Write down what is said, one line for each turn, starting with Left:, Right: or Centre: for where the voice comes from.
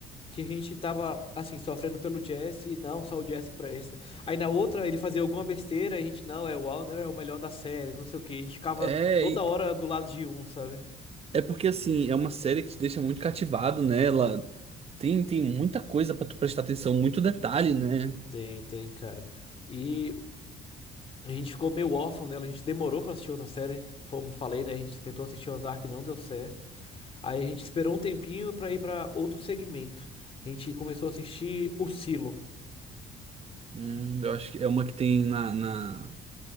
Left: que a gente tava, assim, sofrendo pelo Jesse, não, só o Jesse presta. Aí na outra ele fazia alguma besteira, a gente, não, é o Walter é o melhor da série, não sei o quê. A gente ficava
Right: É,
Left: toda
Right: e-
Left: hora do lado de um, sabe?
Right: é porque assim, é uma série que te deixa muito cativado, né? Ela tem, tem muita coisa pra tu prestar atenção, muito detalhe, né?
Left: Tem, tem, cara. E a gente ficou meio órfão dela, a gente demorou pra assistir outra série, como falei, né? A gente tentou assistir Ozark, e não deu certo. Aí a gente esperou um tempinho pra ir pra outro segmento. A gente começou a assistir O Silo.
Right: Hum, eu acho que é uma que tem na, na,